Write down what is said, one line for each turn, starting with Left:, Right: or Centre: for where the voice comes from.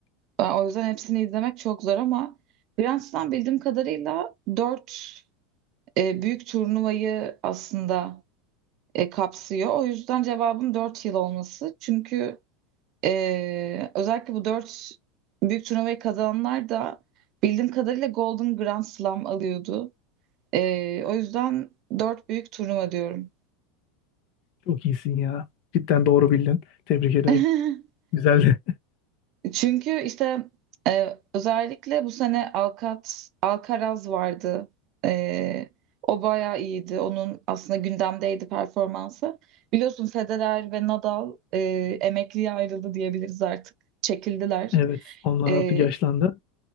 Right: Ben- o yüzden hepsini izlemek çok zor ama Grand Slam bildiğim kadarıyla 4. e, büyük turnuvayı aslında e, kapsıyor. O yüzden cevabım 4 yıl olması. Çünkü e, özellikle bu 4 büyük turnuvayı kazananlar da bildiğim kadarıyla Golden Grand Slam alıyordu. E, o yüzden 4 büyük turnuva diyorum.
Left: Çok iyisin ya. Cidden doğru bildin. Tebrik ederim.
Right: <laughs>
Left: Güzeldi.
Right: Çünkü işte e, özellikle bu sene Alcat, Alcaraz vardı. E, o bayağı iyiydi. Onun aslında gündemdeydi performansı. Biliyorsun Federer ve Nadal
Left: <laughs>
Right: e, emekliye ayrıldı diyebiliriz artık. Çekildiler.
Left: Evet, onlar
Right: E,
Left: artık yaşlandı.